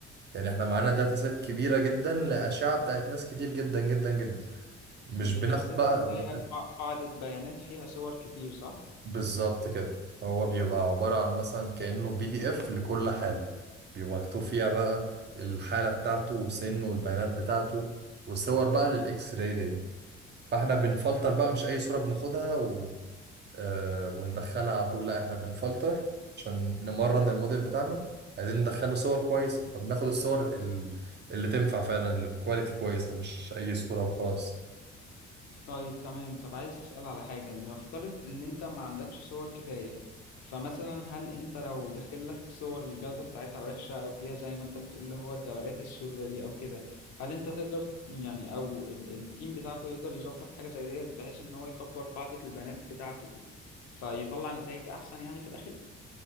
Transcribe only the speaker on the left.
الداتا سيت
دي اللي هي قا- قاعده بيانات فيها صور كتير صح
طيب تمام طب عايز أسأل على حاجة نفترض إن أنت ما عندكش صور كفاية فمثلا هل أنت لو داخلك صور الجودة بتاعتها وحشة أو فيها زي ما أنت بتقول اللي هو الدورات السوداء دي أو كده هل أنت تقدر يعني أو ال- التيم بتاعكوا يقدر يظبط حاجة زي ديت بحيث إن هو يكبر قاعدة البيانات بتاعته فيطلع نتائج أحسن يعني في الأخير؟